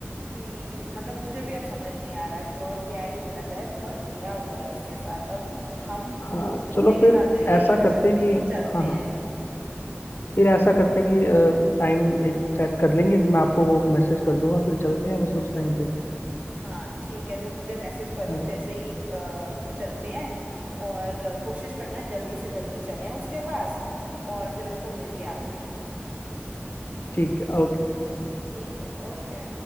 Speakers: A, on the right; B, on the left.
A: कि मतलब मुझे भी अब समझ नहीं आ रहा कि और क्या ही बोला जाए बहुत बुरा हुआ है उसके साथ अब हम
B: हाँ
A: दोस्त
B: चलो
A: होने के
B: फिर
A: नाते यही
B: ऐसा
A: कर
B: करते
A: सकते
B: हैं कि
A: हैं कि चलते
B: हाँ हाँ
A: हैं
B: फिर ऐसा करते हैं कि टाइम एक सेट कर लेंगे मैं आपको वो मैसेज कर दूंगा फिर चलते हैं बस उस टाइम पे
A: हाँ ठीक है तुम मुझे मैसेज करो
B: हम्म,
A: जैसे ही अ, चलते हैं और अ, कोशिश करना जल्दी से जल्दी चलें उसके पास और फिर उसको मिलके आते हैं
B: ठीक है ओके
A: ठीक है ओके